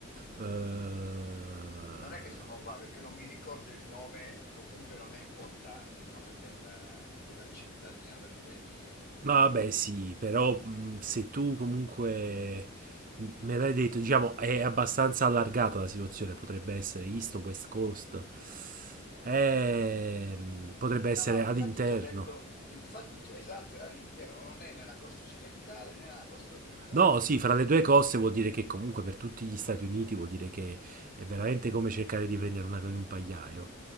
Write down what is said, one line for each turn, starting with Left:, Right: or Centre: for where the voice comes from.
Right: eh,
Left: Non è che sono vago, è che non mi ricordo il nome, e comunque non è importante il nome del- della cittadina o del paesino.
Right: No, vabbè, sì, però mh, se tu comunque m- me l'hai detto, diciamo, è abbastanza allargata la situazione, potrebbe essere East o West Coast, Ehm, potrebbe essere
Left: No, no,
Right: all'interno.
Left: infatti ti ho detto, infatti, ti- esatto, è all'interno, non è nella costa occidentale né nella costa orientale.
Right: No, sì, fra
Left: mm?
Right: le due coste vuol dire che comunque per tutti gli Stati Uniti vuol dire che è veramente come cercare di prendere una in un pagliaio.